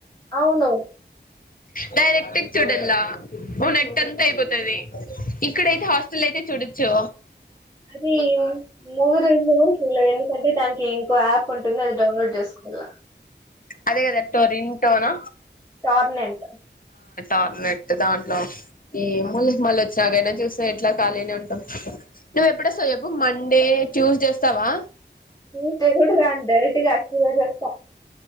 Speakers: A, on the left; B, on the left.
A: అవును
B: డైరెక్ట్ చూడల నెట్ అంత అయిపోతది ఇక్కడైతే హాస్టల్ అయితే చూడొచ్చు
A: అది మూరు ఎవరు చూడాలే ఎందుకంటే, దానికి ఇంకో యాప్ ఉంటుంది అది డౌన్లోడ్ చేసుకోవాల
B: అదే కదా టో రింగ్టోన్
A: టార్నెంట్
B: ార్నెట్ దాంట్లో ఈ మల మళ్ళీ వచ్చినాకైనా చూస్తే ఎట్లా ఖాళీని ఉంటాం నువ ఎప్పుడు వస్తావ్ చెప్పు మండే ట్యూస్డే వస్తావా
A: ఇకే కూడా రాన్ డైరెక్ట్గా యాక్టివ గా చేస్తా